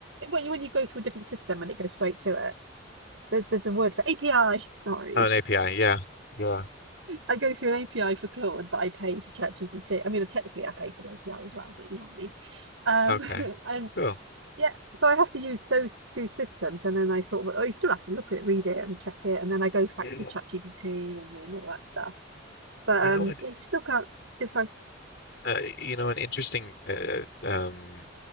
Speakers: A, on the right; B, on the left.
A: when you when you go through a different system and it goes straight to it? There's there's a word for API. <laughs> Sorry,
B: Oh, an API. Yeah, yeah.
A: I go through an API for Claude, but I pay for ChatGPT. I mean, technically I pay for the API as well, but you know what I
B: Okay,
A: mean. Um, <laughs> and
B: cool.
A: Yeah, so I have to use those two systems, and then I sort of oh, you still have to look at it, read it, and check it, and then I go back
B: Yeah.
A: to ChatGPT and then all that stuff. But
B: You
A: um,
B: know what?
A: yeah, you still can't. It's like
B: Uh, you know, an interesting uh, um,